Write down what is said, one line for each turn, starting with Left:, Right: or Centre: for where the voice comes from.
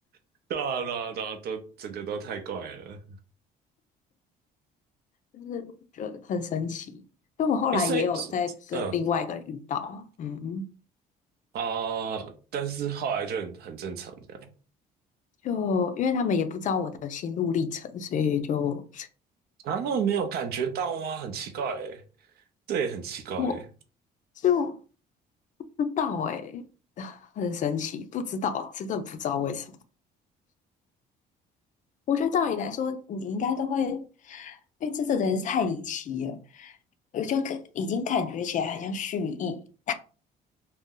Right: <laughs> 对啊，对啊，对啊，都整个都太怪了。
Left: 就是觉得很神奇。就我后来也有在跟另外一个人遇到，
Right: 诶，所以，嗯
Left: 嗯，
Right: 啊、但是后来就很很正常这样。
Left: 就因为他们也不知道我的心路历程，所以就
Right: 啊，他们没有感觉到吗？很奇怪诶，这也很奇怪诶，
Left: 我就不知道诶、很神奇，不知道，真的不知道为什么。我觉得照理来说，你应该都会，因为这个人是太离奇了，我就可已经感觉起来很像蓄意，